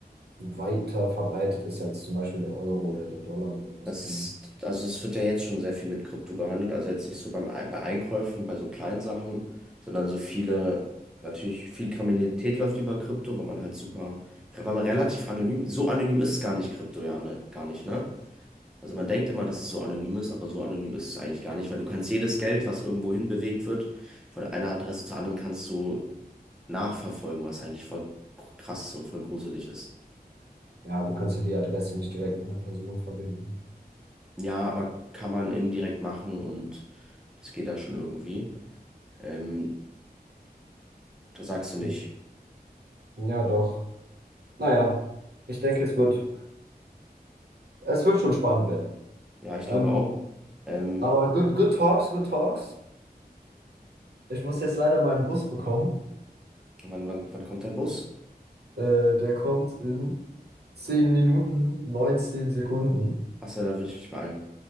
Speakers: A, on the right; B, in the centre.
A: weiter verbreitet ist als zum Beispiel der Euro oder der Dollar oder was
B: Es
A: auch
B: ist,
A: immer.
B: also es wird ja jetzt schon sehr viel mit Krypto gehandelt. Also jetzt nicht so beim, Ei- bei Einkäufen, bei so kleinen Sachen, sondern so viele, natürlich viel Kriminalität läuft über Krypto, weil man halt super, weil man relativ anonym, so anonym ist es gar nicht Krypto, ja, ne, gar nicht, ne? Also man denkt immer, dass es so anonym ist, aber so anonym ist es eigentlich gar nicht, weil du kannst jedes Geld, was irgendwo hin bewegt wird, von einer Adresse zur anderen kannst du nachverfolgen, was eigentlich voll krass ist und voll gruselig ist.
A: Ja, du kannst ja die Adresse nicht direkt mit einer Person verbinden.
B: Ja, aber kann man indirekt machen und das geht da schon irgendwie. Ähm, da sagst du
A: Gut.
B: nicht.
A: Ja, doch. Naja, ich denke, es wird,
B: So.
A: es wird schon spannend werden.
B: Ja, ich glaube
A: Ähm,
B: auch. Ähm,
A: aber good, good talks, good talks. Ich muss jetzt leider meinen Bus bekommen.
B: wann, wann, wann kommt dein Bus?
A: Äh, der kommt in 10 Minuten, 19 Sekunden.
B: Achso, dann würde ich mich beeilen.